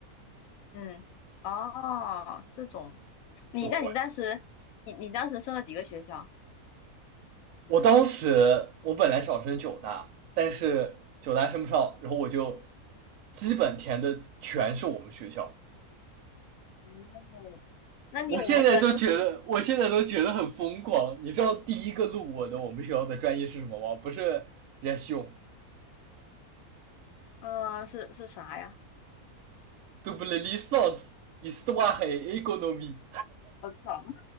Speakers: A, on the left (about 70°); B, on the right (about 70°).
A: 嗯，哦，这种，你那你当时，
B: 对，
A: 你你当时升了几个学校？
B: 我当时我本来想申九大，但是九大申不上，然后我就基本填的全是我们学校。
A: 哦，那你我们学校你有
B: 我现在都觉得，我现在都觉得很疯狂。你知道第一个录我的我们学校的专业是什么吗？不是 r e s u m
A: 嗯、是是啥呀？
B: double licence histoire et économie。
A: 我操，